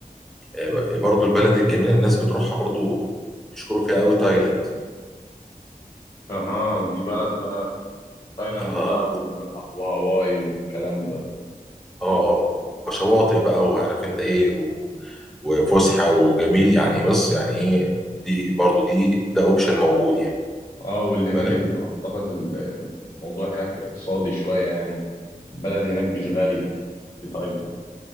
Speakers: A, in the centre; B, on the left.
A: آه، برضو البلد الجميله الناس بتروحها برضو بيشكروا فيها قوي تايلاند
B: اها دي بلد بقى في تايلاند
A: اه
B: بقى وال- وهاواي والكلام ده
A: اه اه شواطئ بقى وعارف انت ايه و- وفسحه وجميل يعني بص يعني ايه دي برضو دي ده اوبشن موجود يعني
B: اه واللي هناك
A: بالك
B: ال- اعتقد ال- الموضوع هناك اقتصادي شوية يعني البلد هناك مش غالية في تايلاند